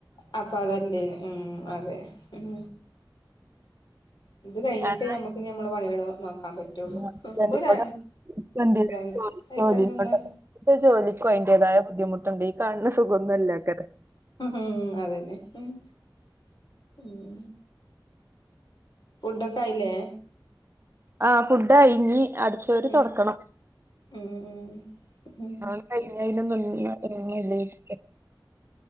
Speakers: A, on the left; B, on the right.
A: അപ്പ അതല്ലെ ഉം അതെ ഉം ഇത് കഴിഞ്ഞിട്ട്
B: ഞാൻ
A: ഞമ്മക്ക് ഞമ്മളെ പണീള് നോക്കാൻ പറ്റൊള്ളു
B: ഹസ്ബൻഡിനോട്
A: ഇപ്പൊ ഒരെ
B: ഹസ്ബൻഡിന്റെ
A: രണ്ട്
B: ജോലി
A: ആയിട്ടെന്നന്ന്
B: ജോലിനോട് ഇപ്പൊ ജോലിക്കും അയന്റേതായ ബുദ്ധിമുട്ട്ണ്ട് ഈ കാണുന്ന സുഖൊന്നൊല്ലാക്കാരം
A: ഉം അതന്നെ ഉം ഉം ഫുഡൊക്കെ ആയില്ലേ
B: ആഹ് ഫുഡ്ഡായിഞ്ഞീ അടിച്ചോരി
A: ഉം
B: തൊട്ക്കണം
A: ഉം ഉം ഉം
B: ആഹ് കഴിഞ്ഞഴിന് നിന്ന് മുന്നെ ഇങ്ങനെല്ലെഴ്ന്